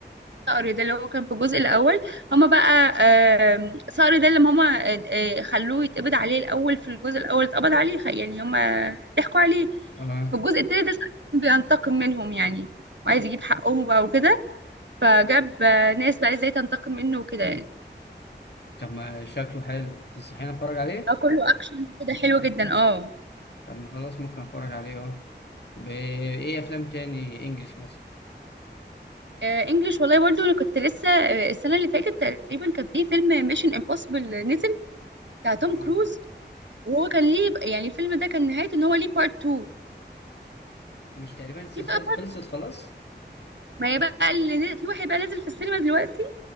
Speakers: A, on the right; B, on the left.
A: صقر ده اللي هو كان في الجزء الأول هما بقى آم، صقر ده اللي هما آه، آه، خلوه يتقبض عليه الأول في الجزء الأول اتقبض عليه خ- يعني هما ضحكوا عليه
B: اه
A: في الجزء التاني ده صقر كان بينتقم منهم يعني وعايز يجيب حقهم بقى وكده فجاب آه، ناس بقى ازاي تنتقم منه وكده يعني
B: طب ما شكله حلو تنصحيني اتفرج عليه
A: آه، كله أكشن كده حلو جدا اه
B: طب ما خلاص ممكن اتفرج عليه اه بايه افلام تاني انجلش مثلا
A: آه، انجلش والله برضو انا كنت لسه آه، السنه اللي فاتت تقريبا كان في فيلم ميشن امبوسيبل نزل بتاع توم
B: اه
A: كروز وهو كان ليه يعني الفيلم ده كان نهايته ان هو ليه بارت 2
B: مش تقريبا السلسله
A: ففي بقى
B: دي خلصت خلاص
A: ما هي بقى اللي ن- في واحد بقى نازل في السينما دلوقتي